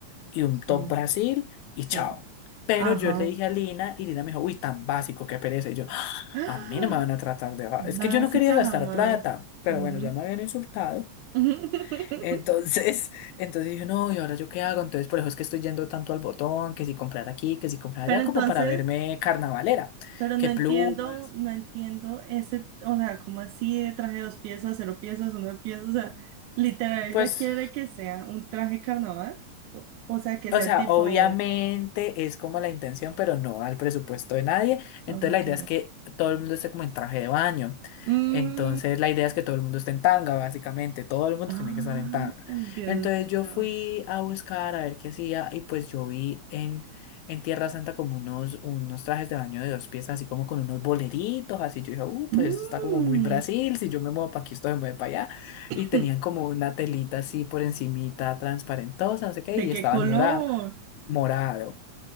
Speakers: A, on the left (about 80°); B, on the right (about 80°).
A: y un
B: Sí,
A: top Brasil y
B: sí.
A: chao. Pero
B: Ajá.
A: yo le dije a Lina y Lina me dijo, uy, tan básico, qué pereza. Y yo,
B: <gasps>
A: a mí no me van a tratar de... va-
B: Básica
A: Es que yo no quería gastar
B: jamás.
A: plata, pero
B: Ujú.
A: bueno, ya me habían insultado.
B: <laughs>
A: Entonces, <laughs> entonces dije, no, ¿y ahora yo qué hago? Entonces, por eso es que estoy yendo tanto al botón, que si comprar aquí, que si comprar
B: Pero
A: allá,
B: entonces,
A: como para verme carnavalera.
B: pero no
A: Que
B: entiendo,
A: plumas,
B: no entiendo ese, o sea, ¿cómo así de traje de dos piezas, cero piezas, una pieza? O sea, literal, ella
A: pues...
B: quiere que sea un traje carnaval, o o sea, que sea
A: O sea,
B: tipo,
A: obviamente es como la intención, pero no al presupuesto de nadie. Entonces
B: ah, ok.
A: la idea es que todo el mundo esté como en traje de baño.
B: Mm,
A: Entonces la idea es que todo el mundo esté en tanga, básicamente. Todo el mundo
B: ay,
A: tiene que estar en tanga.
B: Dios
A: Entonces
B: mío.
A: yo fui a buscar a ver qué hacía y pues yo vi en, en Tierra Santa como unos, unos trajes de baño de dos piezas, así como con unos boleritos, así yo dije, uh,
B: Mm,
A: pues esto está como muy Brasil, si yo me muevo para aquí, esto me mueve para allá
B: <laughs>
A: y tenían como una telita así por encimita, transparentosa, no sé qué,
B: ¿de
A: y
B: qué
A: estaban
B: color?
A: morado, morado,